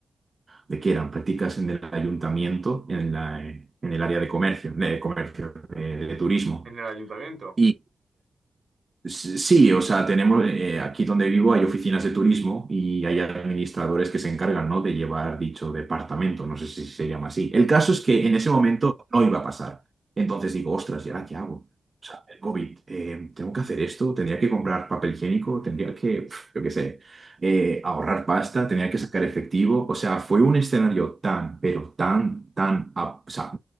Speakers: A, on the right; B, on the right.
A: de que eran prácticas en el ayuntamiento, en la, en el área de comercio, de comercio, de, de turismo.
B: En el ayuntamiento,
A: Y Sí, o sea, tenemos eh, aquí donde vivo hay oficinas de turismo y hay administradores que se encargan, ¿no? de llevar dicho departamento, no sé si se llama así. El
B: sí.
A: caso es que en ese momento no iba a pasar. Entonces digo, ostras,
B: Ujú,
A: ¿y ahora qué hago? O sea, el COVID, eh, ¿tengo que hacer esto? ¿Tendría que comprar papel higiénico? ¿Tendría que, pf, yo qué sé, eh, ahorrar pasta? ¿Tendría que sacar efectivo? O sea, fue un escenario tan, pero tan, tan, ap- o sea,